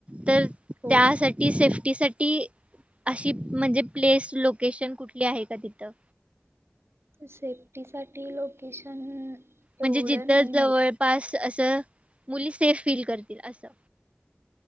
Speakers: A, on the right; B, on the right.
A: तर त्यासाठी
B: हो
A: सेफ्टी सेफ्टी साठी अशी म्हणजे प्लेस लोकेशन कुठली आहे का तिथं?
B: सेफ्टी साठी लोकेशन एवढं
A: म्हणजे जिथं
B: नाही
A: जवळपास
B: माहित
A: असं मुली सेफ फील करतील असं.